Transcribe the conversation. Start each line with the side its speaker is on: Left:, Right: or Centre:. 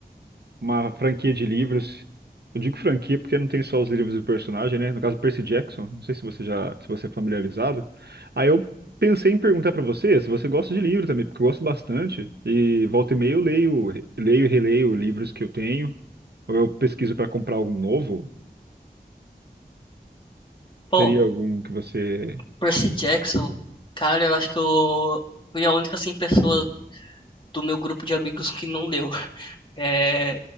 Right: uma franquia de livros. Eu digo franquia porque não tem só os livros do personagem, né? No caso, Percy Jackson. Não sei se você já, se você é familiarizado. Aí eu pensei em perguntar pra você se você gosta de livro também, porque eu gosto bastante. E volta e meia eu leio, leio e releio livros que eu tenho. Ou eu pesquiso pra comprar algum novo.
Left: Pô,
Right: Teria algum que você,
Left: Percy Jackson, cara, eu acho que eu fui a única, assim, pessoa do meu grupo de amigos que não leu. <laughs> É,